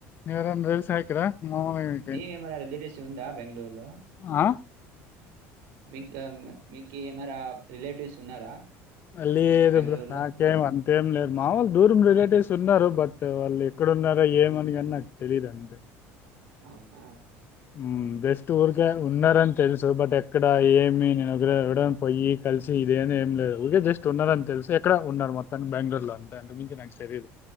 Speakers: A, on the left (about 35°); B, on the right (about 75°).
A: ఎవరైన దెల్సా ఇక్కడ మామూలుగా మీకు
B: నీవేమనా రిలేటటివ్స్ ఉంద బెంగళూరు లో
A: ఆ
B: మీక మీకు మరా రిలేటివ్స్ ఉన్నారా
A: లేరు
B: బెంగళూరులో
A: బ్రో నాకెమెన్ అంతేం లేదు మామూలు దూరం రిలేటివ్స్ ఉన్నారు బట్ వాళ్ళు ఎక్కడున్నారో ఏమనిగాని నాకు తెలీదు అంతే
B: అవునా
A: ఉ జస్ట్ ఊరికే ఉన్నారని తెలుసు బట్ ఎక్కడ ఏమి నేనేబ్బుడన్న పోయి కలిసి ఇదే ఏమి లేదు ఊరికే జస్ట్ ఉన్నారని తెలుసు ఎక్కడ ఉన్నారు మొత్తానికి బెంగళూరులో అంటే అంతకు మించి నాకు తెలియదు